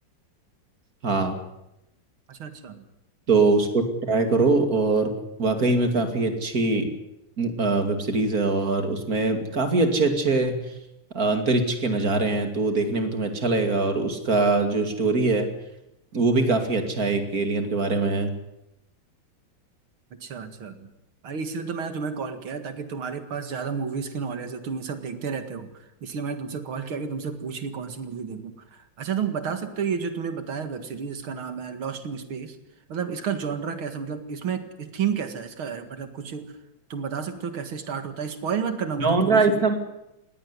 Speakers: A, on the right; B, on the right.
A: हाँ
B: अच्छा अच्छा
A: तो उसको ट्राई करो और वाकई में काफ़ी अच्छी वेब सीरीज है और उसमें काफ़ी अच्छे अच्छे अंतरिक्ष के नज़ारे हैं तो वो देखने में तुम्हें अच्छा लगेगा और उसका जो स्टोरी है वो भी काफ़ी अच्छा है एक एलियन के बारे में है
B: अच्छा अच्छा अरे इसलिए तो मैंने तुम्हें कॉल किया है ताकि तुम्हारे पास ज्यादा मूवीज की नॉलेज है तुम ये सब देखते रहते हो इसलिए मैंने तुमसे कॉल किया कि तुमसे पूछ ली कौन सी मूवी देखूं अच्छा तुम बता सकते हो ये जो तुमने बताया वेब सीरीज इसका नाम है लॉस्ट इन स्पेस मतलब इसका जॉनरा कैसा मतलब इसमें थीम कैसा है इसका मतलब कुछ तुम बता सकते हो कैसे स्टार्ट होता है स्पॉइल मत करना मुझे
A: जॉनरा
B: थोड़ी सी
A: इसका
B: भी